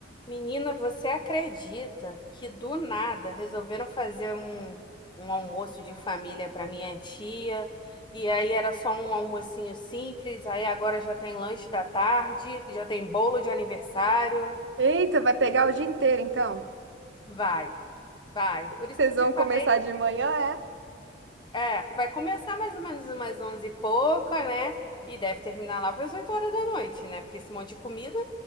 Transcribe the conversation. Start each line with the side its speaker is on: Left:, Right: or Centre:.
Left: Menina, você acredita que do nada resolveram fazer um, um almoço de família para minha tia? E aí era só um almocinho simples, aí agora já tem lanche da tarde, já tem bolo de aniversário.
Right: Eita, vai pegar o dia inteiro, então.
Left: Vai, vai. Por
Right: Vocês
Left: isso que
Right: vão
Left: eu te
Right: começar
Left: falei,
Right: de manhã, é?
Left: é, vai começar mais ou menos umas onze e pouca, né? E deve terminar lá para as 8 horas da noite, né? Porque esse monte de comida.